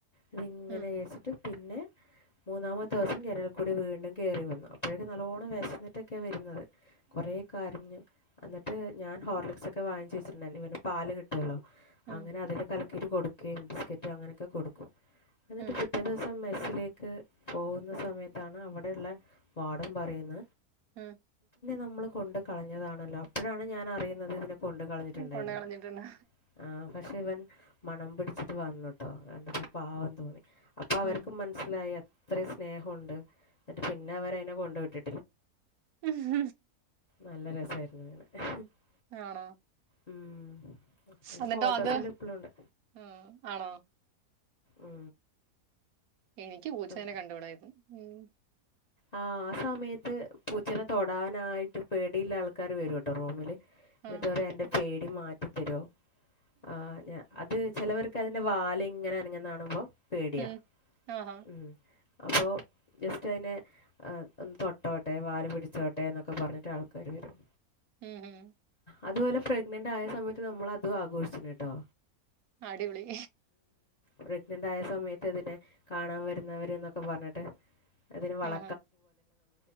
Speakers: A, on the left; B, on the right.
A: ഇതിങ്ങനെ
B: ഉം
A: വച്ചിട്ട് പിന്നെ മൂന്നാമത്തെ ദിവസം ജനൽ കൂടി വീണ്ടും കയറി വന്നു അപ്പോഴേക്കെ നല്ലോണ്ണം വിശന്നിട്ടൊക്കെ വരുന്നത് കുറെ കരഞ്ഞു എന്നിട്ട് ഞാൻ ഹോർലിക്സ് ഒക്കെ വാങ്ങി വെച്ചിട്ടുണ്ടല്ലോ ഇവന് പാല് കിട്ടുവല്ലോ
B: ഉം
A: അങ്ങനെ
B: ഉം
A: അതില് കലക്കിയിട്ട് കൊടുക്കുകയും ബിസ്ക്കറ്റും അങ്ങനെയൊക്കെ കൊടുക്കും എന്നിട്ട്
B: ഉം
A: പിറ്റേ ദിവസം മെസ് യിലേക്ക് പോകുന്ന സമയത്താണ് അവിടെ ഉള്ള വാടം പറയുന്ന
B: ഉം
A: നമ്മൾ കൊണ്ട് കളഞ്ഞതാണല്ലോ അപ്പോഴാണ് ഞാൻ അറിയുന്നത് ഇവനെ കൊണ്ട് കളഞ്ഞിട്ടുണ്ടായി
B: ഉം കൊണ്ട് കളഞ്ഞിട്ടുണ്ട്
A: ആ പക്ഷെ ഇവൻ മണം പിടി ച്ച് വന്നുട്ടോ കണ്ടപ്പോ പാവം തോന്നി അപ്പൊ അവർക്കും
B: ഉം
A: മനസ്സിലായി ഇത്രയും സ്നേഹംണ്ട് എന്നിട്ട് പിന്നെ അവരെ അതിനെ കൊണ്ടുവിട്ട്
B: ഉം
A: നല്ല <inaudible>
B: ആണോ
A: ഉം അതിന്റെ
B: എന്നിട്ടോ
A: ഫോട്ടോസ്
B: അത്
A: എല്ലാം ഇപ്പോളും ഉണ്ട്
B: ഉം ആണോ
A: ഉം
B: എനിക്ക് പൂച്ചനെ
A: ഉം.
B: കണ്ടുടാ അതിന് ഉം
A: ആ ആ സമയത്ത് പൂച്ചനെ തൊടാനായിട്ട് പേടിയില്ല ആൾക്കാര് വരൂ കേട്ടോ റൂമില് എന്നിട്ട്
B: ആ
A: പറയ് എന്റെ പേടി മാറ്റിത്തരോ ആ അത് ചിലവർക്ക് അതിന്റെ വാല് ഇങ്ങനെ അനങ്ങുന്ന കാണുമ്പോ പേടിയാ
B: ഉം ആഹാ
A: ഉം അപ്പോൾ ജസ്റ്റ് അതിനെ ആ ഒന്ന് തൊട്ടോട്ടെ വാല് പിടിച്ചോട്ടെ എന്നൊക്കെ പറഞ്ഞിട്ട് ആൾക്കാര് വരും
B: ഉം ഉം
A: അതുപോലെ പ്രഗ്നന്റ് ആയ സമയത്ത് നമ്മൾ അതും ആഘോഷിച്ചുണ്ട്ട്ടോ
B: അടിപൊളി
A: പ്രഗ്നന്റ് ആയ സമയത്ത് ഇതിനെ കാണാൻ വരുന്നവര എന്നൊക്കെ പറഞ്ഞിട്ട് അതിന് വള
B: ഉം